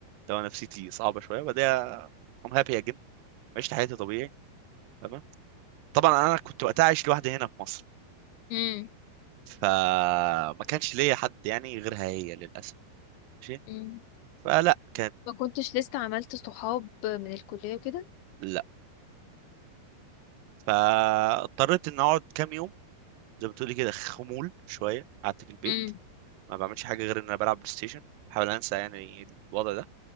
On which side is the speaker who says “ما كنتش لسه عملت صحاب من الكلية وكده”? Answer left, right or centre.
Left